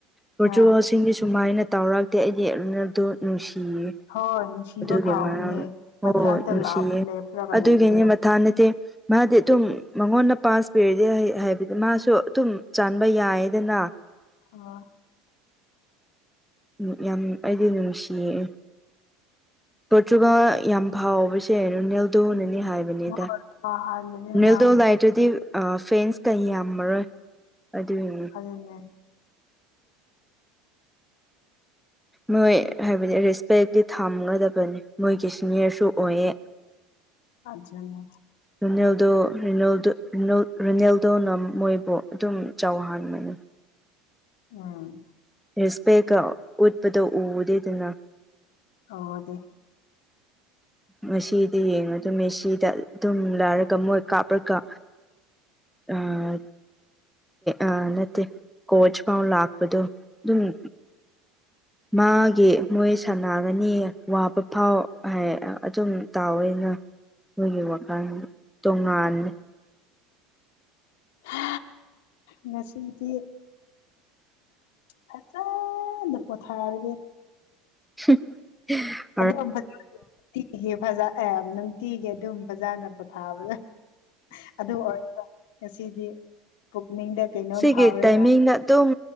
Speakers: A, in the centre; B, on the left.
A: ꯚꯔꯆꯨꯋꯦꯜꯁꯤꯡꯁ
B: ꯎꯝ
A: ꯁꯨꯃꯥꯏꯅ ꯇꯧꯔꯛꯇꯦ ꯑꯩꯗꯤꯔꯨꯅꯗꯣ ꯅꯨꯡꯁꯤꯌꯦ
B: ꯍꯣꯏ ꯅꯨꯡꯁꯤꯕ
A: ꯑꯗꯨꯒꯤ
B: ꯐꯥꯎꯕꯅꯦ
A: ꯃꯔꯝ ꯍꯣꯏ
B: ꯃꯊꯟꯇ
A: ꯅꯨꯡꯁꯤꯌꯦ
B: ꯂꯦꯞꯄ꯭ꯔꯒ
A: ꯑꯗꯨꯒꯤꯅꯤ
B: ꯂꯩꯕꯗꯣ
A: ꯃꯊꯥ ꯅꯠꯇꯦ ꯃꯥꯗꯤ ꯑꯗꯨꯝ ꯃꯉꯣꯟꯗ ꯄꯥꯁ ꯄꯤꯔꯗꯤ ꯍꯥꯏꯕꯗꯤ ꯃꯥꯁꯨ ꯑꯗꯨꯝ ꯆꯥꯟꯕ ꯌꯥꯏꯗꯅ
B: ꯑ
A: ꯎ ꯌꯥꯝ ꯑꯩꯗꯤ ꯅꯨꯡꯁꯤꯌꯦ ꯄꯣꯔꯆꯨꯒ ꯌꯥꯝ ꯐꯥꯎꯕꯁꯦꯩꯅ ꯅꯦꯜꯗꯣꯅꯅꯤ ꯍꯥꯏꯕ ꯅꯤꯗ
B: ꯍꯣꯏ ꯍꯥꯟꯕꯅꯦ
A: ꯅꯤꯜꯗꯣ
B: ꯃꯥ
A: ꯅꯥꯏꯠ ꯑꯗꯨꯗꯤ ꯐꯦꯟꯁ ꯀꯩ ꯌꯥꯝꯃꯔꯣꯏ ꯑꯗꯨꯏꯅꯤ
B: ꯑꯗꯨꯗꯟꯅꯦ
A: ꯃꯣꯏ ꯍꯥꯏꯕꯗꯤ ꯔꯦꯁꯄꯦꯛꯇꯤ ꯊꯝꯒꯗꯕꯅꯤ ꯃꯣꯏꯒꯤ ꯁꯤꯅꯤꯌꯔꯁꯨ ꯑꯣꯏꯌꯦ
B: ꯑꯖꯅꯦ
A: ꯔꯤꯅꯦꯜꯗꯣ ꯔꯤꯅ‌ꯦꯜꯗꯣ ꯔꯤꯅꯦꯜꯗꯣꯅ ꯃꯣꯏꯕꯨ ꯑꯗꯨꯝ ꯆꯥꯎꯍꯥꯟꯕꯅꯦ
B: ꯎꯝ
A: ꯔꯦꯁꯄꯦꯛꯀ ꯎꯠꯄꯗꯣ ꯎꯗꯦꯗꯅ
B: ꯑꯣꯗꯦ
A: ꯉꯁꯤꯗꯤ ꯌꯦꯡꯉ ꯑꯗꯨ ꯃꯁꯤꯗ ꯑꯗꯨꯝ ꯂꯥꯏꯔꯒ ꯃꯣꯏ ꯀꯥꯞꯔꯒ ꯑ ꯑ ꯅꯠꯇꯦ ꯀꯣꯆ ꯐꯥꯎ ꯂꯥꯛꯄꯗꯣ ꯑꯗꯨꯝ ꯎ ꯃꯥꯒꯤ ꯃꯣꯏ ꯁꯅꯒꯅꯤ ꯋꯥꯕ ꯐꯥꯎ ꯍꯥꯏ ꯑꯗꯨꯝ ꯇꯥꯎꯑꯣꯦꯅ
B: ꯎ
A: ꯃꯣꯏꯒꯤ ꯋꯥꯈꯜ ꯇꯣꯉꯥꯟꯅꯤ
B: ꯍꯥ.. ꯉꯁꯤꯗꯤ ꯐꯖꯅ ꯄꯣꯊꯥꯔꯒꯦ
A: <unintelligible>
B: ꯑꯗꯨꯝ ꯐꯖꯅꯨꯡꯤꯖ ꯅꯨꯡꯇꯤꯒꯤ ꯑꯗꯨꯝ ꯕꯖꯥꯔꯗ ꯄꯣꯊꯥꯕꯗ ꯑꯗꯨ ꯑꯣꯏꯔ ꯉꯁꯤꯗꯤ ꯄꯨꯛꯅꯤꯡꯗ ꯀꯩꯅꯣꯝ
A: ꯁꯤꯒꯤ
B: ꯐꯥꯎꯔꯦꯅ
A: ꯇꯥꯏꯃꯤꯡꯅ ꯑꯗꯨꯝ